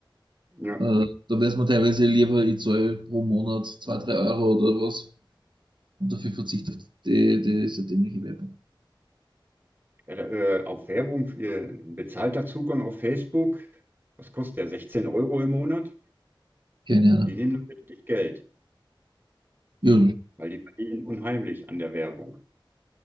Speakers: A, on the right; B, on the right.
A: Ja.
B: Äh, da weiß man teilweise lieber, ich zahle pro Monat 2 3 Euro oder was und dafür verzichte auf die, die, diese dämliche Werbung.
A: Äh, äh, auf Werbung, äh, bezahlter Zugang auf Facebook, was kostet der? 16 Euro im Monat?
B: Keine Ahnung.
A: Die nehmen da richtig Geld,
B: Ja,
A: weil die verdienen unheimlich an der Werbung.